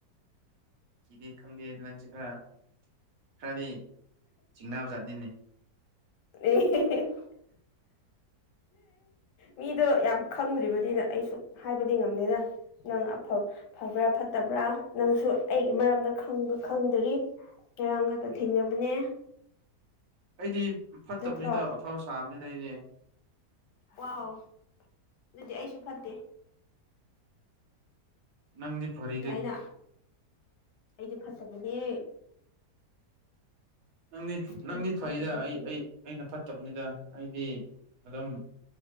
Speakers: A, on the right; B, on the left.
A: ꯀꯤꯗꯦ ꯈꯪꯗꯦ ꯑꯗꯨꯗ ꯅꯪꯁꯦ ꯈꯔ ꯈꯔꯗꯤ ꯆꯤꯡꯅꯕꯖꯥꯠꯅꯤꯅꯦ
B: <unintelligible> ꯃꯤꯗꯣ ꯌꯥꯝ ꯈꯪꯗ꯭ꯔꯤꯕꯗꯤꯅ ꯑꯩꯁꯨ ꯍꯥꯏꯕꯗꯤ ꯉꯝꯗꯦꯅ ꯅꯪ ꯑꯐ ꯐꯕ꯭ꯔ ꯇꯕ꯭ꯔꯥ ꯅꯪꯁꯨ ꯑꯩꯒꯤ ꯃꯔꯝꯗ ꯈꯪ ꯈꯪꯗ꯭ꯔꯤ ꯉꯔꯥꯡꯒꯇ ꯊꯦꯡꯅꯕꯅꯦ
A: ꯑꯩꯗꯤ ꯐꯠꯇꯕꯅꯤꯗ
B: ꯅꯠꯇ꯭ꯔꯣ
A: ꯑꯐꯕ ꯁꯥꯕꯅꯤꯗ ꯑꯩꯗꯤ
B: ꯋꯥꯎ ꯑꯗꯨꯗꯤ ꯑꯩꯁꯨ ꯐꯠꯇꯦ
A: ꯅꯪꯗꯤ ꯐꯔꯤ
B: ꯌꯥꯥꯏꯅ ꯑꯩꯗꯤ ꯐꯠꯇꯕꯤꯅꯦ
A: ꯅꯪꯗꯤ
B: ꯑꯩꯁꯨ
A: ꯅꯪꯗꯤ
B: ꯐꯠꯇꯕꯅꯦ
A: ꯐꯩꯗ ꯑꯩ ꯑꯩꯅ ꯐꯠꯇꯕꯅꯤꯗ ꯑꯩꯗꯤ ꯑꯗꯨꯝ